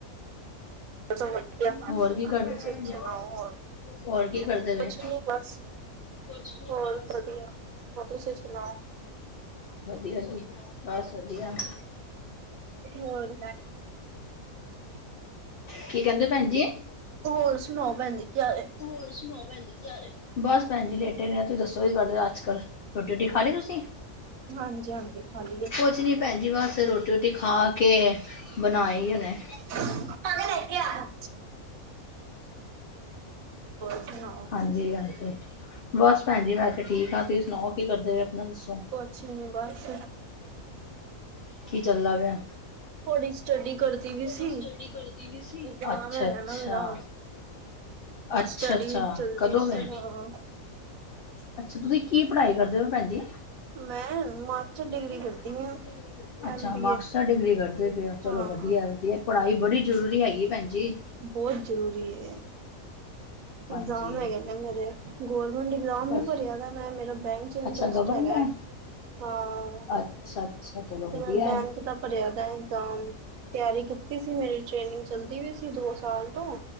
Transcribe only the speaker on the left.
ਹੋਰ ਕੀ ਕਰਦੇ
ਪਏ
ਆ।
ਹੋਰ ਕੀ ਕਰਦੇ
ਪਏ
ਕੁਛ ਨਿ
ਬਸ।
ਵਧੀਆ ਜੀ, ਬਸ ਵਧੀਆ। <inaudible>
ਕੀ ਕਹਿੰਦੇ ਭੈਣ ਜੀ?
ਹੋਰ ਸੁਣਾਓ ਭੈਣ ਜੀ ਕੀ ਹਾਲ ਹੈ ਬਸ ਭੈਣ ਜੀ ਲੇਟੇ ਹੋਏ ਆ। ਤੁਸੀਂ ਦੱਸੋ ਕੀ ਕਰਦੇ ਹੋ ਅੱਜ। ਕੱਲ ਰੋਟੀ ਰੂਟੀ ਖਾ ਲਈ ਤੁਸੀਂ?
ਕੁਛ ਨੀ ਭੈਣ ਜੀ ਬਸ ਰੋਟੀ ਰੋਟੀ ਖਾ ਕੇ ਬਣਾਈ ਹੁਣੇ।
ਹਾਂਜੀ ਹਾਂਜੀ। ਬਸ ਭੈਣ ਜੀ, ਮੈਂ ਤੇ ਠੀਕ ਹਾਂ ਤੁਸੀਂ ਸੁਣਾਓ ਕੀ ਕਰਦੇ ਹੋ ਆਪਣਾ ਦੱਸੋ?
ਕੀ ਚੱਲਦਾ ਪਿਆ?
ਥੋੜੀ
ਸਟਡੀ ਕਰਦੀ ਪਈ ਸੀ
ਅਛਾ
ਅੱਛਾ।
ਅੱਛਾ
ਅੱਛਾ
ਕਦੋਂ
ਵੈ?
ਅੱਛਾ, ਤੁਸੀਂ ਕੀ ਪੜ੍ਹਾਈ ਕਰਦੇ ਹੋ ਭੈਣ ਜੀ?
ਮੈਂ ਮਾਸਟਰ
ਡਿਗਰੀ ਕਰਦੀ ਪਈ ਅੱਛਾ
ਮਾਕਸਟਰ
ਡਿਗਰੀ ਕਰਦੇ ਪਏ ਚਲੋ
ਵਧੀਆ। ਵਧੀਆ ਪੜ੍ਹਾਈ ਬੜੀ ਜ਼ਰੂਰੀ ਹੈਗੀ ਭੈਣਜੀ।
ਹਾਂਜੀ
ਬਸ
ਅੱਛਾ ਗਵਰਮੈਂਟ
ਅੱਛਾ-ਅੱਛਾ ਚਲੋ ਵਧੀਆ
ਐ।